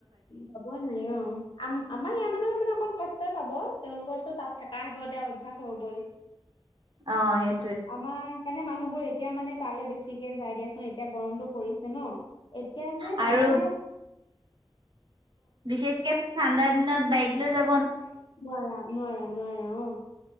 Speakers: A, on the left (about 60°); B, on the right (about 55°).
A: হবই নাই অ আম আমাৰ ইয় মানহ মানে অকণ কষ্ট পাব তেওঁলোকৰো তাত থকা সেইটো এতিয়া অভ্যাস হৈ গ'ল।
B: অ, সেই
A: আম সকাৰণে মানুহবোৰ এতিয়া মানে তালৈ বেছিকে যায় দিয়াচোন এতিয়া গৰমতটো পৰিছে ন এতিয়া যে
B: আৰু
A: লাহে-লাহে
B: বিশেষকে ঠাণ্ডা দিনত বাইক জা
A: নোৱাৰা-নোৱাৰা। নোৱাৰা ও।